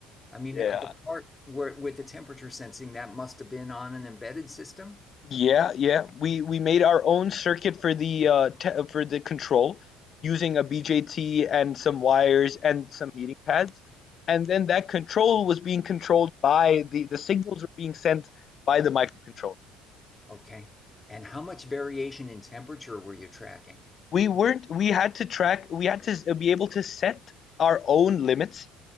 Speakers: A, on the left (about 20°); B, on the left (about 50°).
A: I mean,
B: Yeah.
A: uh, the part where with the temperature sensing, that must have been on an embedded system.
B: Yeah, yeah. We we made our own circuit for the uh te for the control using a BJT and some wires and some heating pads. And then that control was being controlled by the the signals were being sent by the microcontroller.
A: Okay. And how much variation in temperature were you tracking?
B: We weren't we had to track we had to s- be able to set our own limits